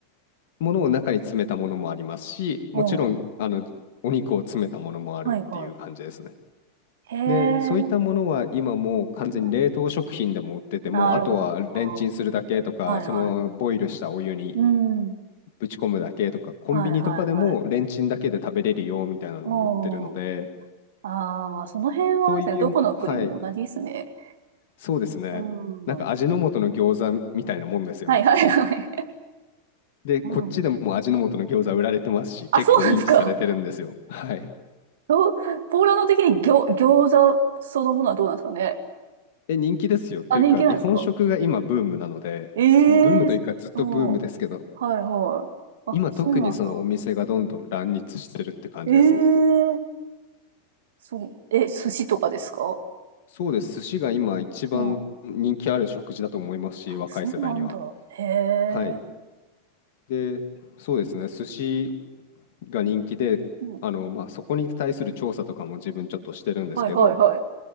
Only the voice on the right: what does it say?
うん。
はいはい。へえ。
うん。なるほど。
あーはいはい。
うん。
はいはいはい。おー。ああ、その辺はですね、
どこの国も同じですね。
うん。
はいはいはい。
うん。
あ、
そうなんですか。
どう、ポーランド的に餃、餃子そのものはどうなんですかね。
あ、人気なんですか
ええ
うん。はいはい。あ、
そうなんだ。ええそう。え、寿司とかですか
うん。
そうなんだ。へえ。
うん。
はいはいはい。